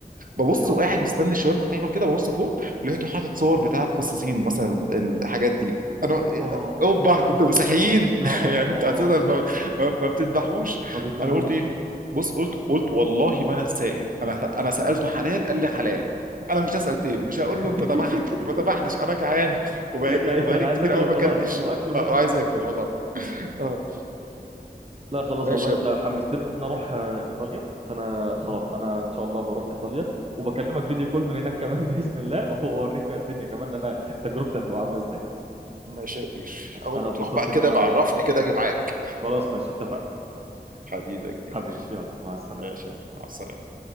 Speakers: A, on the right; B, on the right.
A: ببص
B: ايوه
A: وقاعد مستني الشاورما بتعمل كده ببص فوق لقيته حاطط صور بتاعت قصاصين مثلا ال- الحاجات دي انا
B: اوبا
A: اوبا انتوا مسيحيين
B: يا
A: <laughs> يعني
B: الله
A: انتوا اساسا ما, ما, ما بتذبحوش
B: ما بيذبحوش
A: انا قلت ايه بص قلت قلت والله ما انا سائل انا انا سالته حلال قال لي حلال انا مش هسال تاني مش هقول
B: <laughs>
A: له انت ذبحت ما ذبحتش انا جعان وبقالي
B: ايوه
A: وبقالي
B: انا
A: كتير
B: عايز اكل
A: قوي
B: وخلاص
A: ما اكلتش
B: هو اكل مصري
A: آه، وعايز اكل والله اه
B: لا خلاص
A: ماشي
B: والله انت
A: يا
B: حمستني ان انا اروح آه، ايطاليا فانا خلاص
A: ب-
B: انا ان شاء الله بروح ايطاليا وبكلمك فيديو كول من هناك كمان <laughs> باذن الله واوريك بقى الدنيا كمان انا تجربتي هتبقى عامله ازاي
A: ماشي يا كبير
B: ماشي
A: اول
B: انا
A: ما
B: اتبسطت
A: تروح بقى
B: ان
A: كده
B: انا
A: بعرفني كده اجي معاك
B: خلاص ماشي اتفقنا
A: حبيبي يا كبير
B: حبيبي يلا مع السلامه
A: ماشي يا أخي، مع السلامه